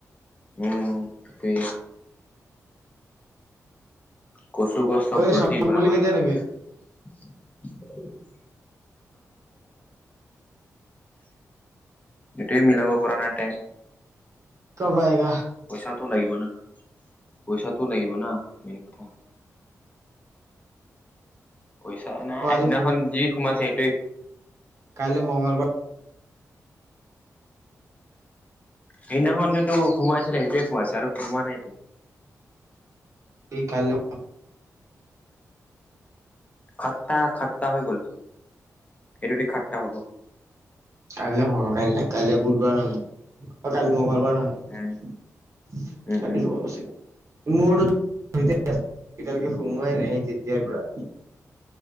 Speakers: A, on the left; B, on the right.
A: উম তাকয়। কচু গছ চব
B: ঐ
A: উলটি
B: চন
A: গ'ল
B: বুলি
A: আমাৰ
B: কেতিয়া
A: ঘৰত।
B: নিবি
A: <unintelligible> এইটয়ে মিলাব পৰা নাই টাইম।
B: <unintelligible>
A: পইচাটো লাগিব না পইচাটো লাগিব না মেইন কথা। পইচা নাই
B: অ আজি
A: সিদিনাখন যি সোমাইছে সেইটোৱে।
B: কাইলে মঙলবাৰ
A: সেইদিনাখন যিটো সোমাইছে সেইটোৱে পইচা আৰু সোমোৱা নাই।
B: এই কাইলৈ
A: খাট্টা খাট্টা হৈ গল এইটোদি খাট্টা হব
B: কাইলৈ সৰকাই দিলে, কাইলৈ বুধবাৰ ন, অ কালি মঙগলবাৰ হয়
A: উম উম
B: হোৱাৱশ
A: উম
B: মোৰ এতিয়ালৈকে সোমোৱাই নাই সেই তেতিয়াৰ পৰা